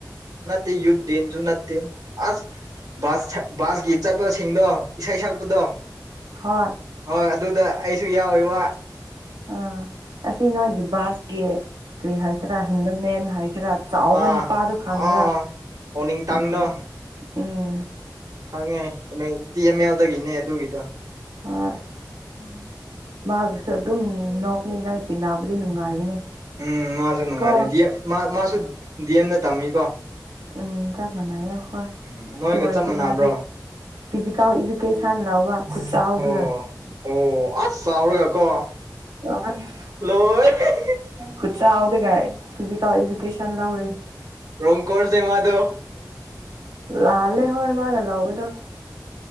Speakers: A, on the right (about 60°); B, on the right (about 80°).
A: ꯅꯠꯇꯦ ꯌꯨꯗ ꯗꯦꯟꯁꯨ ꯅꯠꯇꯦ ꯑꯁ ꯕꯥꯁ ꯕꯥꯁꯀꯤ ꯆꯠꯄꯁꯤꯡꯗꯣ ꯏꯁꯩ ꯁꯛꯄꯗꯣ
B: ꯍꯣꯏ
A: ꯍꯣꯏ ꯑꯗꯨꯗ ꯑꯩꯁꯨ ꯌꯥꯎꯋꯤꯕ
B: ꯑꯥ ꯑꯁꯤ ꯅꯣꯏꯒꯤ ꯕꯥꯁꯀꯤ ꯀꯔꯤ ꯍꯥꯏꯁꯤꯔꯥ ꯍꯦꯟꯗꯜꯃꯦꯟ ꯍꯥꯏꯁꯤꯔꯥ ꯆꯥꯎꯕ
A: ꯑ
B: ꯅꯨꯄꯥꯗꯣ ꯈꯪꯕ꯭ꯔꯥ
A: ꯑꯥ ꯑꯣꯅꯤ ꯇꯥꯡꯅꯣ
B: ꯎꯝ ꯎꯝ
A: ꯈꯪꯉꯦ ꯇꯤ ꯑꯦꯝ ꯑꯦꯜꯗꯒꯤꯅꯦ ꯑꯗꯨꯒꯤꯗꯣ
B: ꯍꯣꯢ
A: ꯎꯝ
B: ꯃꯥꯕꯨꯁꯨ ꯑꯗꯨꯝ ꯅꯣꯛꯅꯤꯡꯉꯥꯏ ꯇꯤꯟꯅꯕꯗꯤ ꯅꯨꯡꯉꯥꯏꯕꯅꯦ
A: ꯎꯝ ꯃꯥꯁꯨ ꯅꯨꯡꯉꯥꯏꯔꯦ
B: ꯀꯣ
A: ꯃꯥꯁꯨ ꯗꯤ ꯑꯦꯝꯗ ꯇꯝꯃꯤ
B: ꯎꯝ ꯆꯞ ꯃꯥꯟꯅꯩꯌꯦ ꯍꯣꯏ
A: ꯎꯝ
B: ꯑꯗꯨ
A: ꯅꯣꯏꯒ
B: ꯑꯣꯏꯔꯁꯨ
A: ꯆꯞ ꯃꯥꯟꯅꯕ꯭ꯔꯣ
B: ꯃꯥꯗꯤ ꯐꯤꯖꯤꯀꯦꯜ ꯏꯗꯨꯨꯀꯦꯁꯟ ꯂꯧꯕ ꯈꯨꯠ ꯆꯥꯎꯗꯨꯒ
A: ꯑꯣ ꯑꯣ ꯑꯁ ꯆꯥꯎꯔꯒ ꯀꯣ
B: ꯑ <inaudible>
A: ꯂꯣꯏ ꯍꯦ ꯍꯦ
B: ꯈꯨꯠꯆꯥꯥꯎꯗꯨꯒ ꯐꯤꯖꯀꯦꯜ ꯑꯦꯖꯨꯀꯦꯁꯟ ꯂꯧꯢ
A: ꯔꯣꯀꯣꯔꯅꯦ ꯃꯗꯣ
B: ꯂꯥꯜꯂꯦ ꯍꯣꯏ ꯃꯥꯅ ꯂꯧꯕꯗꯣ